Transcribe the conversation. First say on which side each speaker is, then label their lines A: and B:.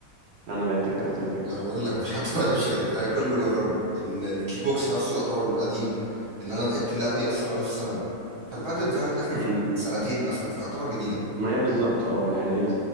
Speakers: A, on the right (about 75°); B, on the right (about 40°).
A: أنا لعبت كاراتيه فعلا
B: ما انا بقول لك مفيش حد ما لعبش كاراتيه فكله جربه ال- الكيك بوكس نفسه يعتبر قديم لان انا لعبت اللعبه دي اصلا وانا في ثانوي فالبادل ظهرت اخر
A: أمم.
B: سنتين مثلا فيعتبر جديده
A: ما هي بالظبط اه يعني هي